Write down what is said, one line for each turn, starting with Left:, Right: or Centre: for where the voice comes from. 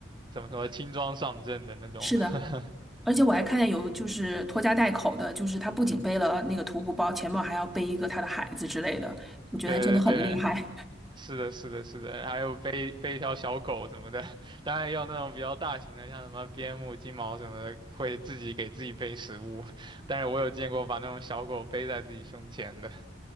Right: 怎么说轻装上阵的那种。
Centre: <laughs> 是的，
Right: <laughs>
Centre: 而且我还看见有就是拖家带口的，就是他不仅背了那个徒步包，前面还要背一个他的孩子之类的，我觉得他真的很厉害。
Right: 对对对，
Centre: <laughs>
Right: 是的，是的，是的，还有背背一条小狗什么的，<laughs> 当然也有那种比较大型的，像什么边牧、金毛什么的，会自己给自己背食物。<laughs> 但是我有见过把那种小狗背在自己胸前的。